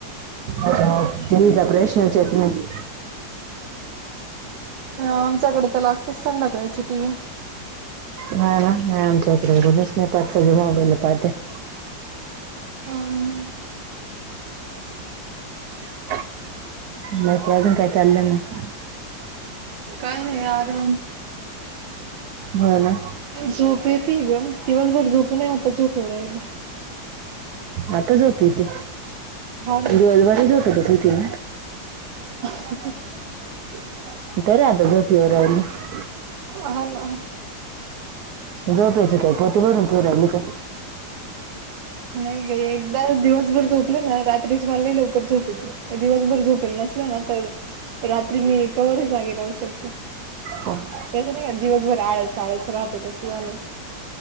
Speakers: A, on the right; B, on the right.
A: अच्छा हो जलीचा प्रश्नचे येत नाही
B: ह आमच्याकडे तर लागतेच संध्याकाळची टी व्ही
A: हा ना हा आमच्याकडे सगळे पाच्या मोबाईल पाहतात
B: व्ही
A: ह नाही काय अजून काय चालं मग
B: काय नाही आराम
A: हो ना?
B: झोप येते ग दिवसभर झोप नाही आता झोपलोय.
A: आता झोप येती,
B: ना.
A: दिवसभरही झोपतच होती.
B: अ
A: तरी आता झोपेवर राहिली
B: अहन
A: झोप्याची काही पोते भरून ठेवू राहिली का?
B: नाही ग एकदा दिवसभर झोपल ना रात्री तरीच मला लवकर झोप येत दिवसभर झोपेल नसल ना तर रात्री मी कवरही जागे राहू शकते. ते.
A: होम्
B: नाही दिवसभर आळस-आळस राहतो तस झाले झालंय.